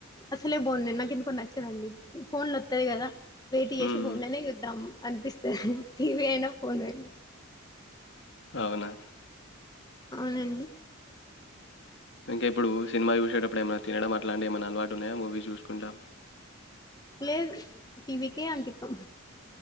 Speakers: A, on the left; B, on the left.
A: అసలే బోన్ నిన్న కేందుకో నచ్చదండి. ఫోన్లో వస్తది కదా వెయిట్
B: హ్మ్.
A: చేసి ఫోన్లోనే చూద్దాం అనిపిస్ టీవీ అయిన ఫోన్ అయినా
B: అవునా
A: అవునండి
B: ఇంకా ఇప్పుడు సినిమా చూసేటప్పుడు ఏమైన్నా తినడం అట్లాంటివి ఏమైనా అలవాటు ఉన్నాయా మూవీస్ చూసుకుంటా
A: లేదు టీ వీ కే అంకితం